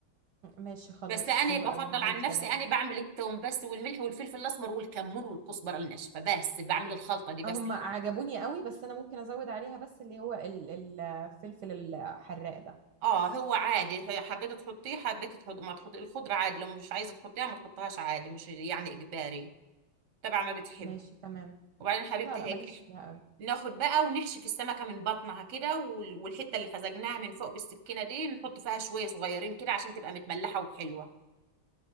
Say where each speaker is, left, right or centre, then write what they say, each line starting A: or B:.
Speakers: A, on the right; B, on the right.
A: ماشي خلاص
B: بس انا
A: حلو
B: بفضل
A: قوي هعمل
B: عن
A: كده
B: نفسي انا بعمل التوم بس والملح والفلفل الاسمر والكمون والكزبره الناشفه بس بعمل الخلطه دي بس
A: آه، هم عجبوني قوي بس انا ممكن ازود عليها بس اللي هو ال- ال- الفلفل الحراق ده
B: اه هو عادي هي- حبيت تحطيه حبيت تحط ما تحطي الخضره عادي لو مش عايزه تحطيها ما تحطهاش عادي مش يعني اجباري تبع ما بتحب
A: ماشي تمام
B: وبعدين حبيبتي
A: لا لا
B: هيك
A: ماليش
B: إح-
A: فيها قوي
B: ناخد بقى ونحشي في السمكه من بطنها كده وال- والحته اللي خزجناها من فوق بالسكينه دي نحط فيها شويه صغيرين كده عشان تبقى متملحه وحلوه